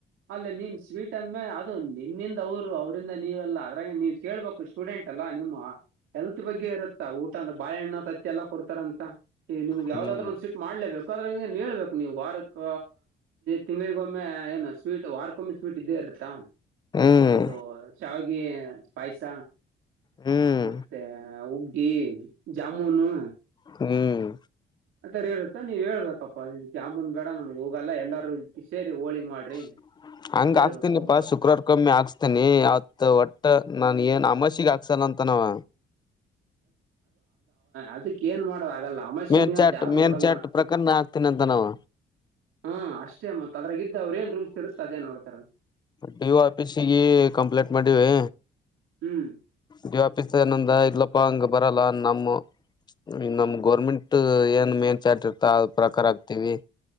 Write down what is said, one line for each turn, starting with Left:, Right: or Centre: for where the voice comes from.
Right: ಅಲ್ಲ ನಿನ್ ಸ್ವೀಟ್ ಅಂದ್ಮೇ ಅದು ನಿಮ್ಮಿಂದ ಅವರು ಅವ್ರಂದ ನೀವೆಲ್ಲ ಅದ್ರಾಗ ನೀವ್ ಕೇಳ್ಬೇಕು ಸ್ಟೂಡೆಂಟ್ ಅಲ್ಲಾ ನಿಮ್ಮ ಎಲ್ತ್ ಬಗ್ಗೆ ಇರುತ್ತೆ ಊಟ ಅಂದ್ರ ಬಾಣೆಣ್ಣ ತತ್ತಿಎಲ್ಲ ಕೊಡ್ತಾರ ಅಂತ ಈ ನಿಮ್ಗೆ
Left: ಹ್ಮ್
Right: ಯಾವ್ದಾದ್ರು ಒಂದು ಸ್ವಿಟ್ ಮಾಡ್ಲೇಬೇಕು ಅ್ರ ದರೆ ಹೇಳ್ಬೇಕು ನೀವು ವಾರಕ್ಕ ತಿಂಗಳಿಗೊಮ್ಮೆ ಏನು ಸ್ವೀಟ್ ವಾರಕ್ಕೊಮ್ಮೆ ಸ್ವೀಟ್ ಇದೇ ಇರುತ್ತಾ
Left: ಹ್ಮ್
Right: ಇದು ಶಾವಿಗೆ ಸ್ಪೈಸ
Left: ಹ್ಮ್
Right: ಮತ್ತೆ ಹುಗ್ಗಿ ಜಾಮೂನು
Left: ಹ್ಮ್
Right: ಆತರ ಇರುತ್ತ ನೀವ್ ಹೇಳ್ಬೇಕಪ್ಪಾ ಜಾಮೂನ್ ಬೇಡ ನಮ್ಗ್ ಹೋಗಲ್ಲ ಎಲ್ಲಾರೂ ಸೇರಿ ಹೋಳಿಗಿ ಮಾಡ್ರಿ
Left: ಹ <inaudible> ಹಂಗ
Right: ಹೇಳ್ಬೇಕು
Left: ಹಾಕ್ತಿನಿಪಾ
Right: ಒಬ್ಬ
Left: ಶುಕ್ರವಾರ್ ಕಮ್ಮಿ ಹಾಕ್ಸ್ತೀನಿ ಅವತ್ ಒಟ್ಟ ನಾನ್ ಏನ್ ಅಮಾಸಿಗೆ ಹಾಕ್ ಸ ಅಂತನವ.
Right: ಅದಕ್ಕ ಏನ್ ಮಾಡೋದು ಆಗಲ್ಲ ಅಮಸೆ
Left: ಮೇನ್
Right: ಹುಣ್ಣಿಮೆ
Left: ಚಾಟ್
Right: ಅಂತ ಯಾರು
Left: ಮೇನ್
Right: ನೋಡಲ್ಲ.
Left: ಚಾಟ್ ಪ್ರಕಾರ ನಾ ಹಾಕ್ತೇನಿ ಅಂತ ನಾವ
Right: ಹು ಅಷ್ಟೇ ಮತ್ ಅದ್ರಾಗಿದ್ದ ಅವ್ರ ಏನ್ ರೂಲ್ಸ್ ಇರುತ್ತೆ ಅದೇ ನೋಡ್ತಾರ.
Left: ಡಿಒ ಆಫೀಸಿಗಿ ಕಂಪ್ಲೇಂಟ್ ಮಾಡೀವಿ.
Right: ಹ್ಮ್
Left: ಡಿ ಆಫೀಸ್ ಏನಂದಾ ಇಲ್ಲಪ್ಪಾ ಅಂಗ ಬರಲ್ಲ ನಮ್ಮು ನಮ್ಮ. ಗೋರ್ಮೆಂಟ್ ಏನ್ ಮೇನ್ ಚಾಟ್ ಇರ್ತ ಅ ಪ್ರಕಾರ ಆಗ್ತೀವಿ